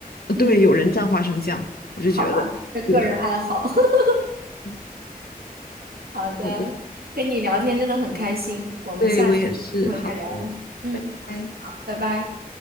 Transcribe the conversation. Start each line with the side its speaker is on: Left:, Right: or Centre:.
Left: 呃，
Right: 嗯，
Left: 对，有人蘸花生酱，我就觉得厉害。
Right: 好吧，这个人爱好。<laughs>
Left: 嗯
Right: 好的，
Left: 好的，
Right: 跟你聊天真的很开心，我们下次有机会再聊。
Left: 对，我也是。好的，
Right: 嗯，
Left: 拜拜。
Right: 好，拜拜。